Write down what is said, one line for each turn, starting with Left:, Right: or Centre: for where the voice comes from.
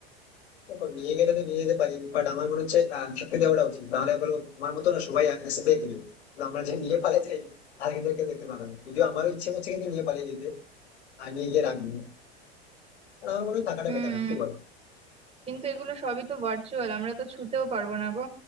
Left: দেখো নিয়ে গেলে তো নিয়ে যেতে পারি বাট আমার মনে হচ্ছে আহ, থাকতে দেওয়াটা উচিত তাহলে বলো আমার মতো না সবাই আগে সাথে এগিয়ে কিন্তু আমরা যে নিয়ে পালিয়ে যাই তাহলে কিন্তু কেউ দেখতে পাবে না যদিও আমারও ইচ্ছে করছে কিন্তু নিয়ে পালিয়ে যেতে আর নিয়ে গিয়ে রাখবো আর আমার মনে হয় থাকাটা
Right: হুম
Left: বেটার কি বলো
Right: কিন্তু এগুলো সবই তো ভার্চুয়াল আমরা তো ছুতেও পারবো না গো